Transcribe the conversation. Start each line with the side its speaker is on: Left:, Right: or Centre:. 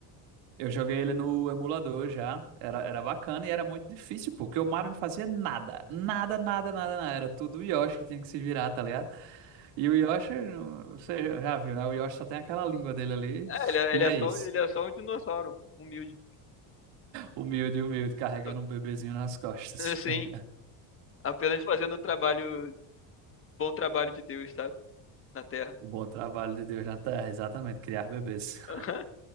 Right: Eu joguei ele no emulador já. Era, era bacana e era muito difícil, pô, porque o Mario não fazia nada. Nada, nada, nada, nada. Era tudo o Yoshi que tinha que se virar, tá ligado? E o Yoshi, não- você já viu, né? O Yoshi só tem aquela língua dele ali.
Left: É,
Right: <laughs>
Left: Ele é,
Right: E
Left: ele
Right: é
Left: é só,
Right: isso.
Left: um, ele é só um dinossauro, humilde.
Right: Humilde, humilde, carregando
Left: <laughs>
Right: um bebezinho nas costas.
Left: Assim,
Right: <laughs>
Left: apenas fazendo o trabalho, bom trabalho de Deus, sabe? Na Terra.
Right: O bom trabalho de Deus na Terra, exatamente, criar bebês. <laughs>
Left: <laughs> Aham.